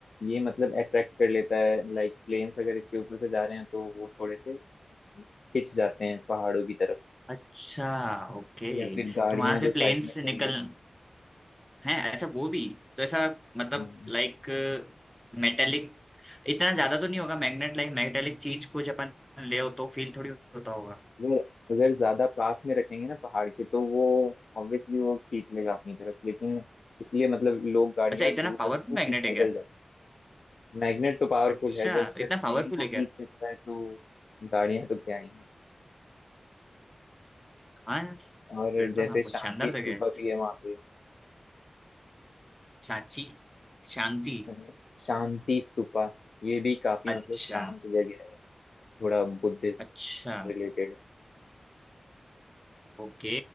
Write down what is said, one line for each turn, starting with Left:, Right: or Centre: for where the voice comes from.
Left: ये मतलब अट्रैक्ट कर लेता है लाइक प्लेन्स अगर इसके ऊपर से जा रहे हैं तो वो थोड़े से खिंच जाते हैं पहाड़ों की तरफ
Centre: अच्छा ओके
Left: या फिर गाड़ियां
Centre: तो वहाँ से
Left: जो
Centre: प्लेन
Left: साइड में
Centre: से
Left: खड़ी
Centre: निकल
Left: है वो
Centre: हैं अच्छा वो भी तो ऐसा मतलब
Left: हम्म।
Centre: लाइक मेटेलिक इतना ज्यादा तो नहीं होगा मैग्नेट लाइक मैग्नेटिक चीज को जब अपन ले हो तो फील थोड़ी होता होगा
Left: अगर अगर ज्यादा पास में रखेंगे ना पहाड़ के तो वो ऑब्वियसली वो खींच लेगा अपनी तरफ लेकिन इसलिए मतलब लोग गाड़ियां
Centre: अच्छा इतना
Left: दूर
Centre: पावरफुल
Left: रखते हैं
Centre: मैग्नेट
Left: फिर
Centre: है
Left: पैदल
Centre: क्या
Left: जाते हैं मैग्नेट तो पावरफुल
Centre: अच्छा
Left: है जब अगर
Centre: इतना पावरफुल
Left: प्लेन को
Centre: है
Left: खींच
Centre: क्या
Left: सकता है तो गाड़ियां तो क्या ही है
Centre: हाँ यार,
Left: और
Centre: फिर
Left: जैसे
Centre: तो हाँ बहुत
Left: शांति
Centre: शानदार
Left: स्तूपा
Centre: जगह है
Left: भी है वहां पे
Centre: सांची शांति
Left: तो शांति स्तूपा ये भी काफी
Centre: अच्छा
Left: मतलब शांत जगह है थोड़ा बुद्धिज्म
Centre: अच्छा
Left: रिलेटेड
Centre: ओके